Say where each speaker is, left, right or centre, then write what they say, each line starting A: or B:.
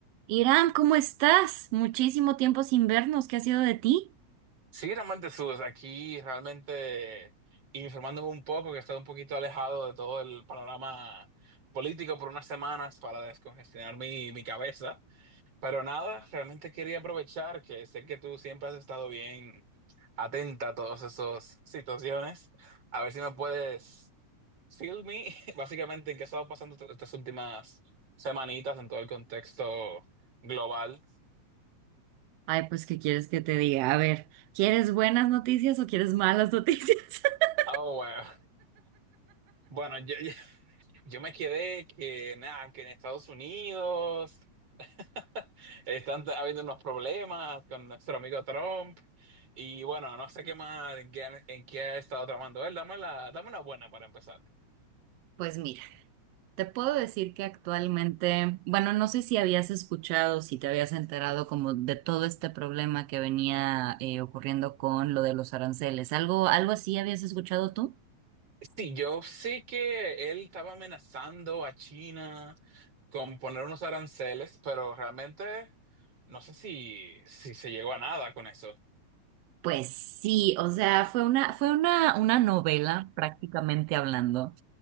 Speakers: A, on the right; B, on the right.
A: Irán, ¿cómo estás? Muchísimo tiempo sin vernos. ¿Qué ha sido de ti?
B: Sí, realmente Sus, aquí realmente informándome un poco, que he estado un poquito alejado de todo el panorama político por unas semanas para descongestionar mi, mi cabeza. Pero nada, realmente quería aprovechar que sé que tú siempre has estado bien atenta a todas esas situaciones. A ver si me puedes fill me, <laughs> básicamente, en qué ha estado pasando est- estas últimas semanitas en todo el contexto global.
A: Ay, pues, ¿qué quieres que te diga? A ver, ¿quieres buenas noticias o quieres malas noticias? <laughs>
B: Ah, bueno. Bueno, yo, <laughs> Yo me quedé que, nada, que en Estados Unidos <laughs> están t- habiendo unos problemas con nuestro amigo Trump. Y bueno, no sé qué más, en qué, han- en qué ha estado tramando él. Dame, la, dame una buena para empezar.
A: Pues mira, te puedo decir que actualmente, bueno, no sé si habías escuchado, si te habías enterado como de todo este problema que venía eh, ocurriendo con lo de los aranceles. ¿Algo, algo así habías escuchado tú?
B: Sí, yo sé que él estaba amenazando a China con poner unos aranceles, pero realmente no sé si, si se llegó a nada con eso.
A: Pues sí, o sea, fue una, fue una, una novela prácticamente hablando